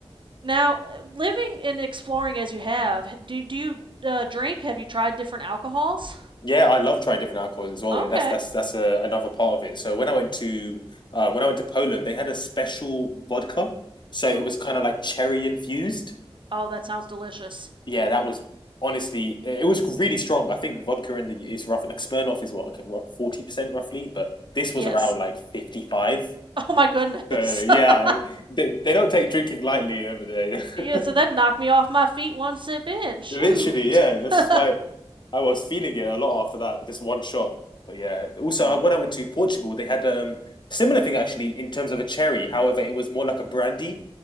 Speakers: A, on the right; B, on the left.
A: now, uh, living and exploring as you have, do do you uh, drink? Have you tried different alcohols?
B: Yeah, I love trying different alcohols as well.
A: Okay.
B: Yeah, that's that's that's a, another part of it. So when I went to uh, when I went to Poland, they had a special vodka. So it
A: Ooh.
B: was kind of like cherry infused.
A: Oh, that sounds delicious.
B: yeah, that was honestly it was really strong. I think vodka in the is roughly Like Smirnoff is what like forty percent roughly, but this
A: Yes.
B: was around like
A: <laughs>
B: fifty five.
A: Oh my goodness.
B: So yeah,
A: <laughs>
B: they, they don't take drinking lightly over there. <laughs>
A: Yeah, so that knocked me off my feet one sip in. Shoot.
B: Literally, yeah. This
A: <laughs>
B: is why I was feeling it a lot after that, just one shot. But yeah, also
A: Yeah.
B: uh, when I went to Portugal, they had um similar thing actually in terms of a cherry. However, it was more like a brandy.